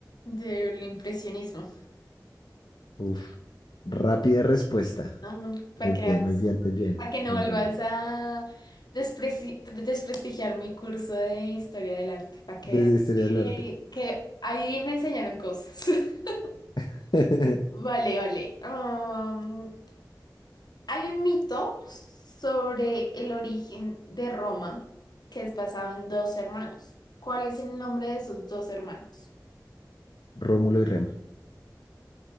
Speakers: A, on the left; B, on the left.
A: Del impresionismo.
B: Uf, rápida respuesta.
A: No, para
B: Muy
A: que
B: bien,
A: veas,
B: muy bien, muy bien,
A: para que no
B: muy
A: vuelvas
B: bien. muy bien.
A: a despreci- desprestigiar mi curso de historia del arte. Para que
B: Desde historia
A: que
B: del arte.
A: que ahí me enseñaron cosas. <laughs>
B: <laughs>
A: Vale, vale. Am, hay un mito sobre el origen de Roma que es basado en dos hermanos. ¿Cuál es el nombre de esos dos hermanos?
B: Rómulo y Remo.